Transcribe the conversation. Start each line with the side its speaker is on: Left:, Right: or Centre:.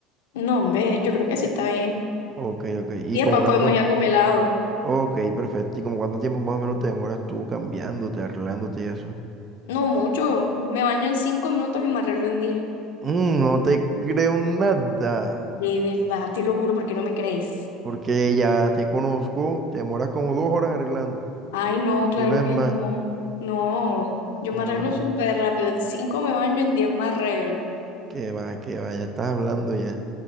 Left: No, hombre, yo creo que sí está bien.
Right: Ok, ok. ¿Y
Left: Y
Right: como
Left: después
Right: cuánto?
Left: podemos ir a comer helado.
Right: Ok, perfecto. ¿Y como cuánto tiempo más o menos te demoras tú cambiándote, arreglándote y eso?
Left: No mucho, me baño en cinco minutos y me arreglo en diez.
Right: Mm, no te creo nada.
Left: De verdad, te lo juro porque no me crees.
Right: Porque ya te conozco, te demoras como dos horas arreglando
Left: Ay, no, claro
Right: Si no es
Left: que
Right: más.
Left: no. No, yo
Right: No.
Left: me arreglo súper rápido. En cinco me baño, en diez me arreglo.
Right: Que va, que va, ya estás hablando ya.